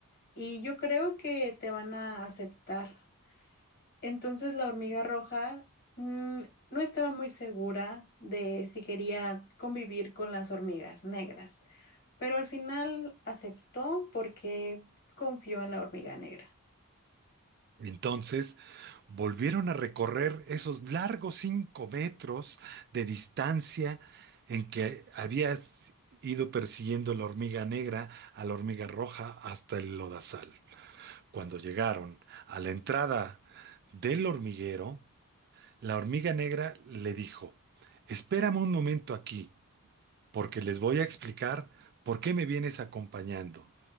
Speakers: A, on the left; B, on the right.
A: y yo creo que te van a aceptar. Entonces la hormiga roja mm, no estaba muy segura de si quería convivir con las hormigas negras, pero al final aceptó porque confió en la hormiga negra.
B: Entonces volvieron a recorrer esos largos cinco metros de distancia en que había ido persiguiendo la hormiga negra a la hormiga roja hasta el lodazal. Cuando llegaron a la entrada del hormiguero, la hormiga negra le dijo, Espérame un momento aquí, porque les voy a explicar por qué me vienes acompañando,